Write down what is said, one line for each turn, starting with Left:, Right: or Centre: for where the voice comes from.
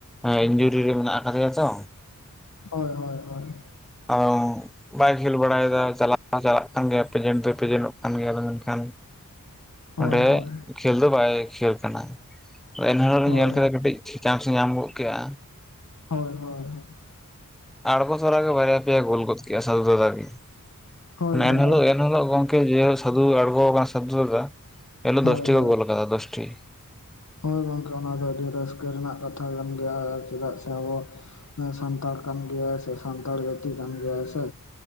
Centre: ᱤᱧᱡᱩᱨᱤ ᱨᱮ ᱢᱮᱱᱟᱜ ᱟᱠᱟᱫᱮᱭᱟ ᱛᱚ
Left: ᱦᱳᱭ ᱦᱳᱭ ᱦᱳᱭ
Centre: ᱚ ᱵᱟᱭᱤᱠ ᱠᱷᱮᱞ ᱵᱟᱲᱟᱭᱮᱫ ᱪᱟᱞᱟᱜ ᱪᱟᱞᱟᱜ ᱠᱟᱱ ᱜᱮᱭᱟ ᱯᱮᱡᱮᱱᱴ ᱫᱚ ᱯᱮᱡᱮᱱ-ᱚᱜ ᱠᱟᱱ ᱜᱮᱭᱟ ᱢᱮᱱᱠᱷᱟᱱ
Left: ᱦᱳᱭ
Centre: ᱚᱸᱰᱮ
Left: ᱦᱳᱭ
Centre: ᱠᱷᱮᱞ ᱫᱚ ᱵᱟᱭ ᱠᱷᱮᱞ ᱠᱟᱱᱟ ᱮᱱᱦᱤᱞᱳᱜ ᱞᱤᱧ
Left: ᱦᱳᱭ
Centre: ᱧᱮᱞ ᱠᱮᱫᱟ ᱠᱟᱹᱴᱤᱡ ᱪᱟᱱᱥ ᱮ ᱧᱟᱢ ᱜᱚᱫ ᱠᱮᱫᱟ
Left: ᱦᱳᱭ ᱦᱳᱭ ᱦᱳᱭ
Centre: ᱟᱲᱳ ᱛᱚᱨᱟᱜ ᱜᱮ ᱵᱟᱨᱭᱟ ᱯᱮᱭᱟ ᱜᱳᱞ ᱜᱚᱫ ᱠᱮᱫᱟ ᱥᱟᱫᱷᱩ ᱫᱟᱫᱟ ᱜᱮ
Left: ᱦᱳᱭ
Centre: ᱢᱟᱱᱮ
Left: ᱜᱚᱝᱠᱮ
Centre: ᱮᱱᱦᱤᱞᱳᱜ ᱮᱱᱦᱤᱞᱳᱜ ᱜᱚᱝᱠᱮ ᱡᱮᱦᱳᱜ ᱥᱟᱫᱩ ᱟᱲᱜᱚ ᱠᱟᱱᱟ ᱥᱟᱫᱩ ᱫᱟᱫᱟ ᱮᱱᱦᱤᱞᱳᱜ
Left: ᱦᱳᱭ
Centre: ᱫᱚᱥᱴᱤ
Left: ᱦᱳᱭ
Centre: ᱠᱚ ᱜᱳᱞ ᱞᱟᱫᱟ ᱫᱚᱥᱴᱤ
Left: ᱦᱳᱭ ᱜᱚᱝᱠᱮ ᱚᱱᱟ ᱫᱚ ᱟᱹᱰᱤ ᱨᱟᱹᱥᱠᱟᱹ ᱨᱮᱱᱟᱜ ᱠᱟᱛᱷᱟ ᱠᱟᱱ ᱜᱮᱭᱟ ᱪᱮᱫᱟᱜ ᱥᱮ ᱟᱵᱚ ᱥᱟᱱᱛᱟᱲ ᱠᱟᱱ ᱜᱮᱭᱟᱭ ᱥᱮ ᱥᱟᱱᱛᱟᱲ ᱡᱟᱹᱛᱤ ᱠᱟᱱ ᱜᱮᱭᱟᱭ ᱥᱮ